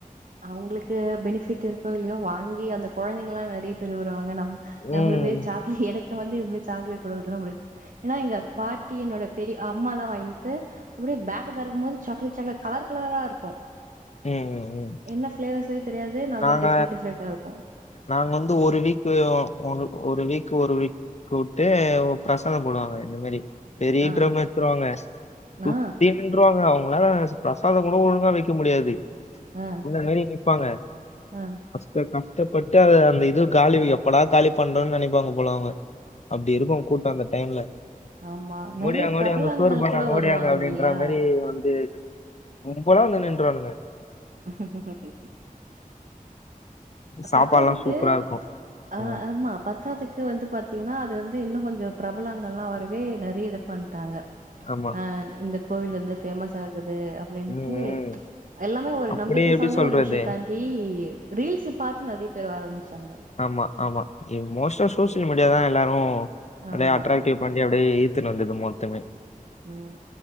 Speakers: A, on the right; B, on the left.
A: அவுங்களுக்கு பெனிஃபிட் இருக்கோ இல்லையோ வாங்கி அந்த கொழந்தைங்கல்லா நெறைய பேரு வருவாங்க நம் நம்மள
B: ம்
A: மேரி சாக்லேட் எனக்கு வந்து இதுவு சாக்லேட் குடுக்குறதுல்லா புடிக்கு ஏனா இங்க பாட்டி என்னோட பெரிய ஆ அம்மானா வாங்கிட்டு அப்டியே பேக் தெறக்குபோது சாக்லேட் சாக்லேட் கலர் கலராரா இருக்கு
B: ம் ம்
A: என்ன ஃப்ளேவர்ஸே தெரியாது நல்ல
B: நாங்க
A: டிஃப்ரெண்ட் டிஃப்ரெண்டா ருக்கு
B: நாங்க வந்து ஒரு வீக்கு ஒரு ஒரு வீக் ஒரு வீக் கூப்ட்டு ஏ பிரசாதோ போடுவாங்க இந்த மாரி பெரிய
A: ஆ
B: டிரம் வச்சிருவாங்க சுத்தின்
A: ஆ
B: நின்றுவாங்க அவுங்களால பிரசாத கூட ஒழுங்கா வைக்க முடியாது
A: ஆ
B: ஒவ்வொரு மாரி நிப்பாங்க
A: ஆ
B: <inaudible> கஷ்டப்பட்டு அத அந்த இது காலி எப்படா காலி பண்றோ‌ன்னு நெனைப்பாங்க போல அவங்க அப்டிருக்கு அவுங்க கூட் இப்ப அந்த டைம்ல
A: ஆமா நெறைய
B: ஓடியாங்க
A: பிரபலங்கள்
B: ஓடியாங்க சோறு போட்றாங்க
A: கூட வருவாங்க
B: ஓடியாங்க அப்டின்ற
A: இல்லையா
B: மாரி வந்து கும்பலா வந்து நின்றுவானுங்க
A: சப்போட்டா பழம்
B: சாப்பாடுல்லா
A: பத்தாததுக்கு
B: சூப்பரா இருக்கு
A: ஆ
B: ம்
A: ஆமா பத்தாதுக்கு வந்து பாத்தீங்கன்னா அது வந்து இன்னு கொஞ்ச பிரபலங்கள்லா வரவே நெறைய இது பண்ட்டாங்க
B: ஆமா
A: ஆ இந்த கோவில் வந்து ஃபேமஸ் ஆகுது அப்டின்ட்டு
B: ம் ம்
A: எல்லாமே ஒரு
B: அப்டி
A: நம்பிக்கை
B: எப்டி
A: சார்ந்த
B: சொல்றது
A: ஒரு விஷயத் தாண்டி ரீல்ஸு பாத்து நெறைய பேர் ஆரம்பிச்சாங்க
B: ஆமா ஆமா ஏ மோஸ்ட்டா சோசியல் மீடியா தா எல்லாரு நெறைய
A: ஆமா
B: அட்ராக்டிவ் வண்டி அப்டியே ஈத்துன்னு வந்து மொத்தமே
A: ம்